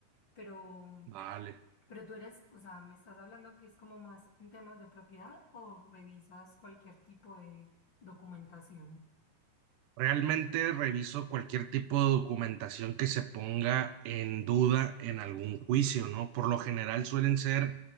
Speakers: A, on the left; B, on the right.
A: Pero, mm,
B: Vale.
A: pero tú eres, o sea, me estás hablando que es como más en temas de propiedad o revisas cualquier tipo de documentación.
B: Realmente reviso cualquier tipo de documentación que se ponga en duda en algún juicio, ¿no? Por lo general suelen ser